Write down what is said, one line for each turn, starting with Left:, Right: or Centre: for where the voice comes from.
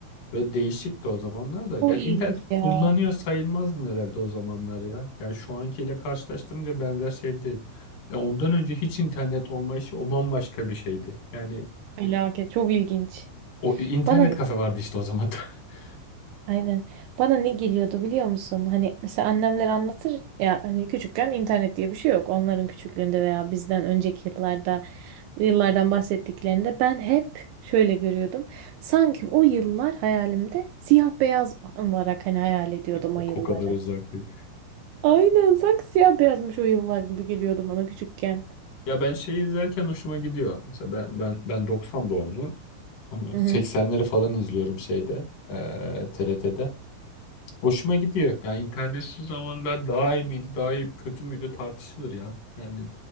Left: Böyle değişikti o zamanlar da.
Right: Çok
Left: Ya
Right: ilginç
Left: internet kullanıyor
Right: ya.
Left: sayılmazdı nelerde o zamanlar ya. Yani şu ankiyle karşılaştırınca benzer şey değil. Ya ondan önce hiç internet olmayışı o bambaşka bir şeydi. Yani
Right: Felaket. Çok ilginç.
Left: o internet
Right: Bana ne?
Left: kafe vardı işte o zaman. da. <laughs>
Right: Aynen. Bana ne geliyordu biliyor musun? Hani mesela annemler anlatır ya hani küçükken internet diye bir şey yok. Onların küçüklüğünde veya bizden önceki yıllarda yıllardan bahsettiklerinde ben hep şöyle görüyordum. Sanki o yıllar hayalimde siyah beyaz olarak hani hayal ediyordum
Left: O,
Right: o yılları.
Left: o kadar uzak değil.
Right: Aynen sanki siyah beyazmış o yıllar gibi geliyordu bana küçükken.
Left: Ya ben şeyi izlerken hoşuma gidiyor. Mesela ben ben ben 90 doğumluyum. Hani
Right: Hı
Left: 80'leri
Right: hı.
Left: falan izliyorum şeyde, eee, TRT'de. Hoşuma gidiyor. Yani internetsiz zamanlar daha iyi miydi, daha iyi kötü müydü tartışılır ya. Yani